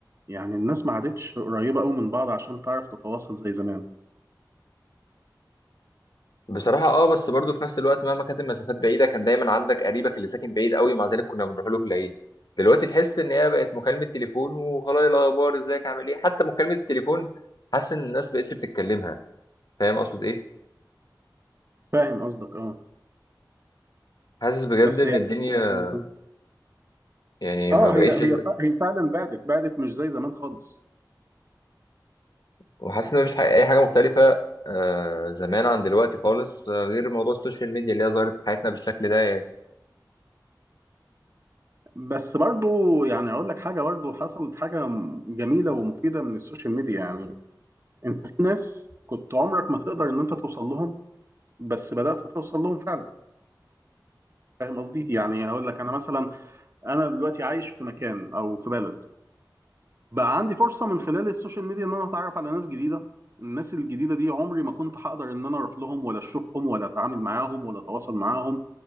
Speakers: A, on the right; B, on the left.
A: يعني الناس ما عادتش قريبه قوي من بعض عشان تعرف تتواصل زي زمان
B: بصراحة اه بس برضه في نفس الوقت مهما كانت المسافات بعيدة كان دايما عندك قريبك اللي ساكن بعيد قوي مع ذلك كنا بنروح له في العيد دلوقتي تحس ان هي بقت مكالمة تليفون وخلاص إيه الاخبار ازيك عامل ايه حتى مكالمة التليفون حاسس ان الناس مبقتش بتتكلمها فاهم اقصد ايه
A: فاهم قصدك اه
B: حاسس بجد
A: بس
B: ان
A: يعني
B: الدنيا
A: <laughs>
B: يعني
A: اه
B: ما بقتش
A: هي هي ف- هي فعلا بعدت بعدت مش زي زمان خالص
B: وحاسس ان مفيش حاجة- اي حاجة مختلفة آه زمان عن دلوقتي خالص آه، غير موضوع السوشيال ميديا اللي هي ظهرت في حياتنا بالشكل ده يعني
A: بس برضو يعني اقول لك حاجه برضو حصلت حاجه م- جميله ومفيده من السوشيال ميديا يعني انت في ناس كنت عمرك ما تقدر ان انت توصل لهم بس بدأت توصل لهم فعلا فاهم قصدي يعني هقول لك انا مثلا انا دلوقتي عايش في مكان او في بلد بقى عندي فرصة من خلال السوشيال ميديا ان انا اتعرف على ناس جديدة الناس الجديدة دي عمري ما كنت هقدر ان انا اروح لهم ولا اشوفهم ولا اتعامل معاهم ولا اتواصل معاهم